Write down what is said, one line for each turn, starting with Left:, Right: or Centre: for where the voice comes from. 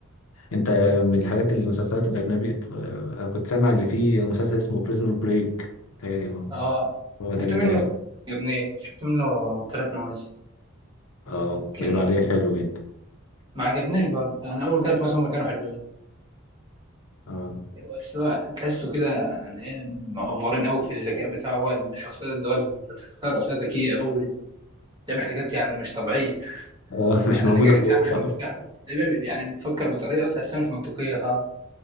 Left: انت من الحاجات المسلسلات الاجنبي ت- انا كنت سامع اللي فيه مسلسل اسمه بريزون بريك تهيألي هو
Right: اه
Left: هو
Right: شفت
Left: ده اللي
Right: منه عجبني شفت منه ثلاث مواسم
Left: اه
Right: كان
Left: بيقولوا عليه حلو جدا
Right: ما عجبنيش برضه يعني اول ثلاث مواسم كانوا حلوين
Left: اه
Right: بس هو تحسه كده يعني ايه مأفورين قوي في الذكاء بتاعه هو الشخصيه اللي هو الشخصيه الرئيسيه ذكيه قوي بتعمل حاجات يعني مش طبيعيه
Left: اه <laughs> مش
Right: يعني
Left: موجوده
Right: حاجات
Left: في الواقع
Right: يعني مش منطقيه تقريباً يعني بتفكر بطريقه تحسها مش منطقيه صح